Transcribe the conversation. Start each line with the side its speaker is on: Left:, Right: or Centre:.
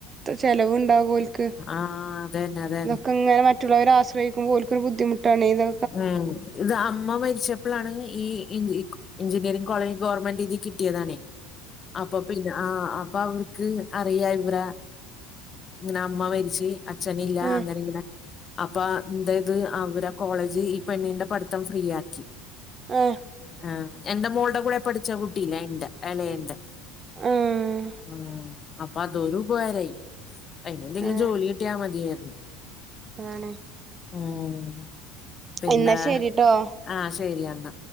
Right: ചെലവ് ഉണ്ടാവും ഓൽക്
Left: ആഹ് അതന്നെ അതെ
Right: ഇതൊക്കെങ്ങനെ മറ്റുള്ളവരാ ആശ്രയിക്കുമ്പോ ഓല്ക്കൊരു ബുദ്ധിമുട്ടാണ് ഈന്ന
Left: ഉം ഇത് അമ്മ മരിച്ച ഇപ്പോഴാണ് ഈ എഞ്ചിനീയറിംഗ് കോളേജ് ഗോർമെന്റ് ഇതി കിട്ടിയതാണേ അപ്പൊ പിന്നെ ആഹ് അപ്പൊ അവര്ക്ക് അറിയ ഇവരെ ഇങ്ങനെ അമ്മ മരിച്ച് അഛനില്ലാ
Right: ആഹ്
Left: അങ്ങനെ ഇങ്ങനെ- അപ്പൊ എന്തെയ്ത് അവരേ കോളേജ് ഈ പെണ്ണിന്റെ പഠ്ത്തം ഫ്രീയാക്കി.
Right: ആഹാ
Left: ആഹ് എന്റെ മോൾടെ കൂടെ പഠിച്ച കുട്ടീല്ലേ? അയിൻ്റെ എളേന്റെ,
Right: ആഹ്
Left: ആഹ് അപ്പൊ അതൊരു ഉപകാരമായി. അയിനെന്തെങ്കിലും
Right: ആഹ്
Left: ജോലി കിട്ടിയാ മതിയാരുന്നു.
Right: അതാണ്
Left: ഉം പിന്നെ
Right: എന്നാ ശരിട്ടോ
Left: ആ ശരിയെന്ന.